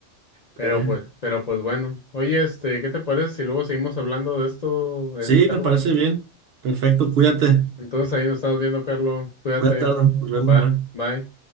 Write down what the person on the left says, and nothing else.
Pero
pues, pero pues bueno. Oye, este, ¿qué te parece si luego seguimos hablando de esto,
eh, Carlos?
Entonces ahí nos estamos viendo, Carlos. Cuídate.
Va,
bye.